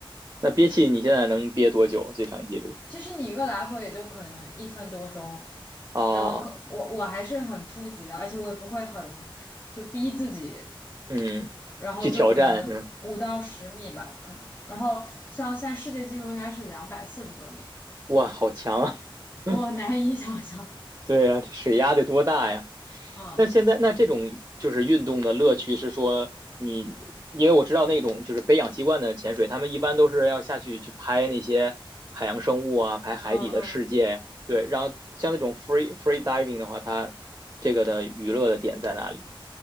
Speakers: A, on the right (about 30°); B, on the left (about 25°).
A: 那憋气你现在能憋多久？最长记录
B: 其实你一个来回也就可能一分多钟，
A: 啊，
B: 然后可我我还是很初级的，而且我也不会很就逼自己，
A: 嗯，
B: 然后就可能五到十米吧，
A: 去挑战是吗？
B: 可能，然后像现在世界纪录应该是两百四十多米。
A: 哇，好强啊！<laughs>
B: 我难以想象。
A: 对呀，这水压得多大呀？
B: 嗯
A: 那现在那这种就是运动的乐趣是说你，因为我知道那种就是背氧气罐的潜水，他们一般都是要下去去拍那些海洋生物啊，拍海底的世界呀。
B: 嗯嗯，
A: 对，然后像那种 free free diving 的话，它这个的娱乐的点在哪里？